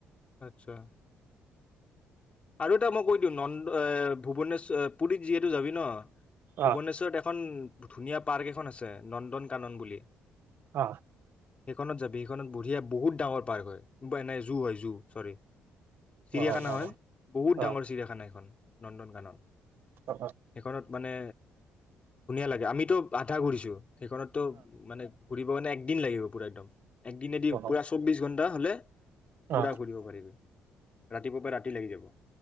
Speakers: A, on the left; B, on the right.
A: আচ্ছা। আৰু এটা মই কৈ দিওঁ নন্দ এ ভূৱনেশ্বৰ পুৰীত যিহেতু যাবি। ন
B: অ
A: ভূুৱনেশ্বৰত এখন ধুনীয়া পাৰ্ক এখন আছে। নন্দনকানন বুলি। সেইখনত
B: অ
A: যাবি সিখনত বঢ়িয়া বহুত ডাঙৰ পাৰ্ক হয় নুবাই জু হয় জু। চৰি। চিৰিয়াখানা
B: অ অ অ
A: হয়। বহুত ডাঙৰ
B: অ
A: চিৰিয়াখানা সেইখন নন্দন গানৰ।
B: অ
A: সেইখনত মানে ধুনীয়া লাগে আমিতো বাধা ঘুৰিছো। সেইখনতটো মানে। ঘূৰিব কাৰণে একদিন লাগিব পুৰা একদম। একদিনেদি
B: অ অ
A: পূৰা চৌব্বিছ ঘণ্টা হ'লে। পুৰা
B: অ
A: ঘুৰিব পাৰিবি। ৰাতিপুৱাৰ পৰা ৰাতি লাগি যাব।